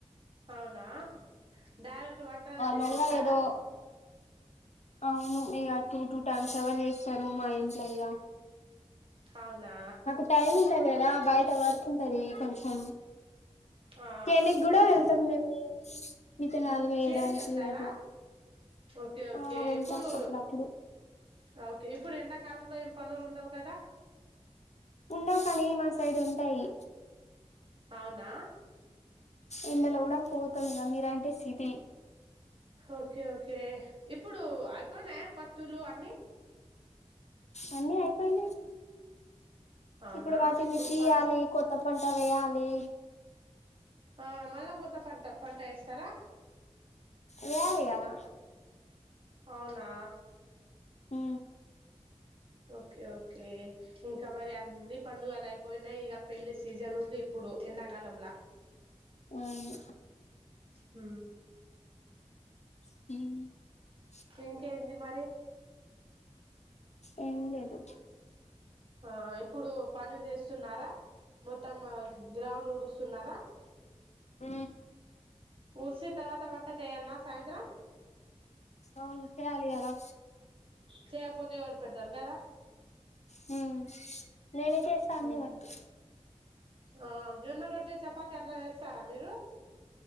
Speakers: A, on the right (about 45°); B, on the left (about 70°).
A: అవునా డైరెక్ట్ వంటనే చేసేస్తారా
B: నల ఏదో అవును ఇక టూ టూ టైమ్స్ ఎవరు చేస్తారు మా ఇంట్లో ఇ
A: అవునా
B: నాకు టైం ఉంద కదా బయట వరకు ఉంటంది కొంచం
A: ఆ
B: దేనికినికి కూడా వెళ్తాం మేము ఇత నలభై
A: చేనికి
B: ఏడానికి
A: వెళ్తారా
B: అట్లా
A: ఓకే ఓకే
B: ఆ వెళ్తాం
A: ఇప్పుడు
B: అప్పుడప్పుడు
A: ఓకేప్పు ఇప్పుడు ఎండాకాలంలో ఏం పనులు ఉండవు కదా
B: ఉండవు కానీ మా సైడ్ ఉంటాయి
A: అవునా
B: ఇండలో కూడా పోతాం ఇద మీరంటే సితి
A: ఓకే ఓకే ఇప్పుడు అయిపోయినాయా పత్తులు అన్న
B: అ అయిపోయి
A: అవునా
B: ఇప్పుడు వాటిని తీలి
A: పండు
B: కొ ద వేయాలి
A: ఆ మళ్ళా కొత్త పంట పంట ఇస్తారా
B: వేయాలి కదా
A: అవునా
B: హ
A: ఓకే ఓకే ఇంకా మరి అన్ని పండుగలు అయిపోయినాయి ఇక పెళ్లి సీజన్ ఉంది ఇప్పుడు ప్పుడు ఎంతకాలంలా
B: అవును
A: అ
B: హ
A: ఇంకా ఎంది మరి
B: ఏం లేదు
A: ఆ ఇప్పుడు పని చేస్తున్నారా మొత్తం గ్రౌండ్ ఊడుస్తున్నారా
B: ఉ
A: ఊరిస తర్వాత వంట చేయన్న సాయంత్రం
B: అవును చేయాలి కదా
A: చేకపోతే ఎవరు పెడతారు కదా
B: హ నేనుతేస్తాంని
A: హ్మ్
B: వర్క్
A: ఆ జొన్న రొట్టటి చపాతి అట్లా వేస్తారా మీరు